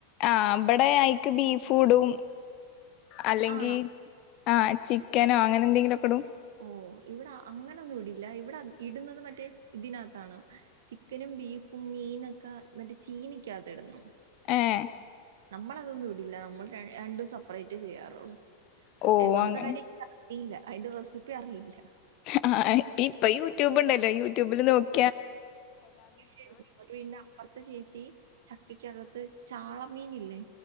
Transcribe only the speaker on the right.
ആണോ
ഓഹ് ഇവ്ടാ അങ്ങനൊന്നും ഇടില്ല ഇവിടാഇടുന്നത് മറ്റേ ഇതിനകത്താണ് ചിക്കനും ബീഫും മീനക്കാ മറ്റേ ചീനിക്ക്യാത്തിട്ണം
ന്നമ്മളതൊന്നും ഇടില്ല ന്നമ്മൾ ര രണ്ടും സപ്പ്റേറ്റ് ചെയ്യാറൊള്ളൂ
എന്നാമത്തെ
കാര്യ റിയില്ല അയ്ന്റെ റെസിപ്പിഅറിയില്ല
ആഹ് ശെരി <unintelligible> ന്നാ അപ്പർത്തെ ചേച്ചി ചക്ക്യക്കകത്ത് ചാളമീനില്ലേ